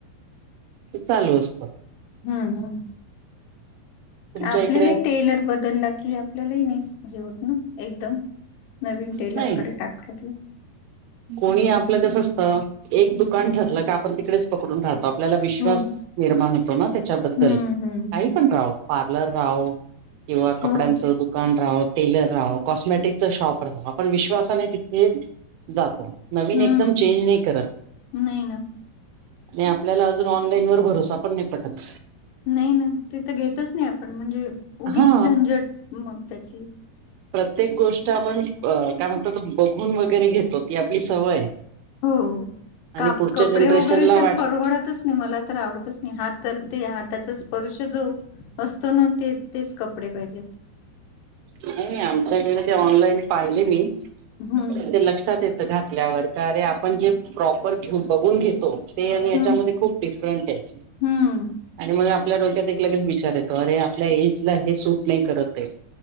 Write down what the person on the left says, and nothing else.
हम्म हम्
आपल्याला
टेलर बदलला कि आपल्यालाही नाही हे होत ना एकदम नवीन
टेलर कडे टाकलं क
हो.
हं, हं, हं.
हो.
हं.
नाही ना,
नाही ना ते तर घेतच नाही आपण म्हणजे उगीच
झंझट मग त्याची
हो
का
कपडे
वगैरे तर
परवडतच मला तर आवडतच नाही हातलते हाताचा स्पर्श जो असतो ना ते तेच कपडे पाहिजेत
हम्म
हम्म.
हम्म